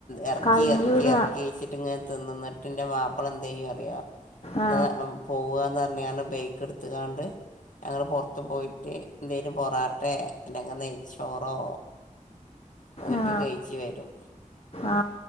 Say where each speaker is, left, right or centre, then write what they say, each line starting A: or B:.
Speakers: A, on the left; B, on the left.
A: ഇറക്കി
B: കഴിയൂല
A: ഇറക്കി ഇറക്കി എന്നിട്ട് ങ്ങനെതിന്നും എന്നിട്ട് ന്റ് മാപ്പള എന്ത ചെയ്യഅറിയാം
B: ആ
A: <unintelligible> പോവുകന്ന് പറഞ്ഞാൽ ബേക്ക് എടുത്ത്കാണ്ട് ഞങ്ങൾ പുറത്ത് പോയിട്ട് എന്തേലും പൊറാട്ടെ അല്ലെങ്കിൽ നെയ്ച്ചോറോ പോയിട്ട്
B: ആ
A: കഴിച്ചു വരും
B: ആ